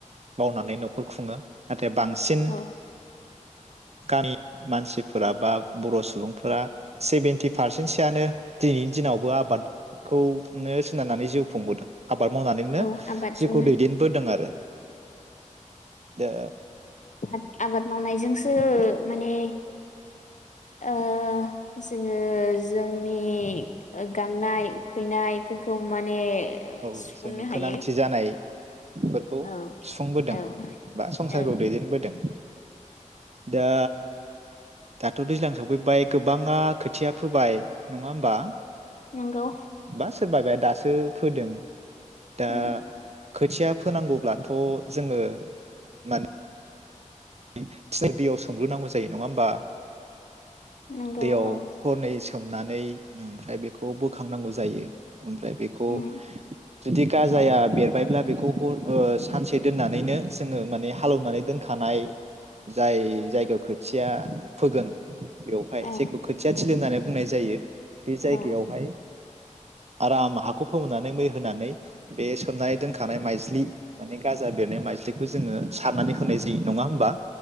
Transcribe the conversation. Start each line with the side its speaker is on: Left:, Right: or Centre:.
Right: मावनानै नखर खुङो नाथाय बांसिन
Left: औ
Right: गामि मानसिफोरा बा बर' सुबुंफोरा सेबेन्टि पारसेन्टसोआनो दिनैनि दिनावबो आबादखौनो सोनारनानै जिउ खुंबोदों। आबाद मावनानैनो
Left: औ आबादजोंनो
Right: जिउखौ दैदेनबोदों आरो दा
Left: फाथ आबाद मावनाय जोंसो माने ओ जोङो जोंनि गांनाय उखैनायफोरखौ माने
Right: औ
Left: सुफुंनो
Right: जोंनि
Left: हायो
Right: गोनांथि जानाय फोरखौ
Left: औ
Right: सुफुंबोदों
Left: औ
Right: बा संसारखौ
Left: औ
Right: दैदेनबोदों। दा दाथ' दैज्लां सफैबाय गोबाङा खोथिया फोबाय नङा होमबा?
Left: नंगौ
Right: बा सोरबा बे दासो सो फोदों। दा
Left: उम
Right: खोथिया फोनांगौब्लाथ जोङो माने <unintelligible> दैयाव सोमग्रोनांगौ जा सै नङा होमबा?
Left: नंगौ
Right: दैयाव
Left: औ
Right: हरनै सोम नानै ओमफ्राय बेखौ बोखांनांगौ जायो। ओमफ्राय बेखौ
Left: उम
Right: जुदि गाजाया बेर बायब्ला बेखौ हर ओ सानसे दोननानैनो जोङो माने हालौनानै दोनखानाय, जाय जायखो थिया फोगोन बेवहाय
Left: औ
Right: जायखौ खोथिया थिलि होननानै बुंनाय जायो। बे जायगायावहाय
Left: औ
Right: आराम हाखौ फोमोननानै मै होनानै, बे सोमनानै दोनखानाय माइज्लि, माने गाजा बेरनाय माइज्लिखौ जोङो सारनानै होनाय जायो नङा होमबा,